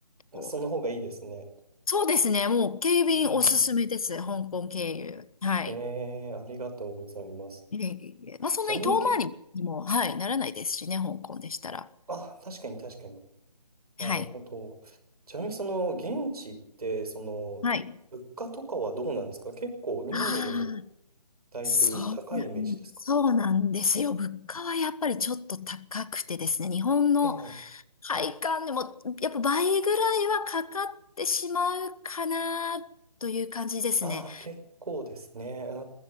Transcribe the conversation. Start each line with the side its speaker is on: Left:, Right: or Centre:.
Left: こう。
Right: その方がいいですね。
Left: そうですね。もう、警備員おすすめです。
Right: うん。
Left: 香港経由。はい。
Right: ええありがとうございます。
Left: <laughs> いえいえいえまあ、そんなに遠回りにも、
Right: ちなみに、げ、
Left: はい、ならないですしね、香港でしたら。
Right: あ、確かに確かに。なるほど。
Left: はい。
Right: ちなみに、その、現地って、その、
Left: はい。
Right: 物価とかはどうなんですか結構、日本よりも
Left: ああ、
Right: だいぶ高いイメージですか
Left: そうなん、そうなんですよ。物価はやっぱりちょっと高くてですね、日本の
Right: ええ
Left: 配管でも、やっぱ倍ぐらいはかかってしまうかな、という感じですね。
Right: ああ結構ですね。うん。